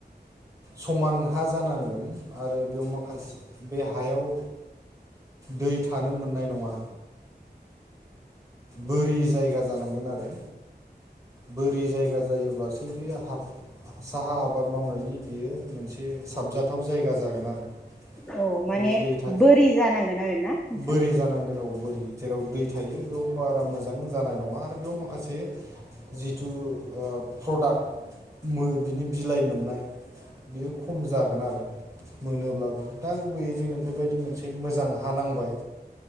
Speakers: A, on the right; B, in the centre.
A: समान हा जानांगोन आरो बेयाव माखास बे हायाव दै थानो मोननाय नङा बोरि जायगा जानांगोन आरो बोरि जायगा जायोब्लासो बे हाब साहा आबाद मावनायनि बियो मोनसे साबजाथाव जायगा जागोन आरो
B: अ माने
A: बेयाव दै थायो
B: बोरि जानांगोन आरोना नोंथां
A: बोरि जानांगोन औ बोरि जेराव दै थायो बेयाव बारा मोजां जानाय नङा आरो बेयाव माखासे जिथु ओ प्रडाक्ट मो बिनि बिलाइ मोननाय बेयो खम जागोन आरो मोनोब्लाबो दा गुबैयै जोंनो बेबायदि मोनसे मोजां हा नांबाय